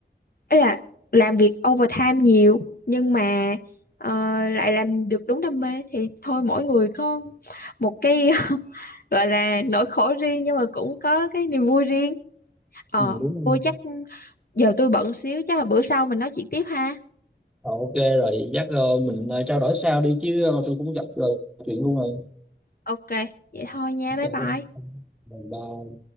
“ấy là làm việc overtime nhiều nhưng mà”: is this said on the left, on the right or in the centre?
Left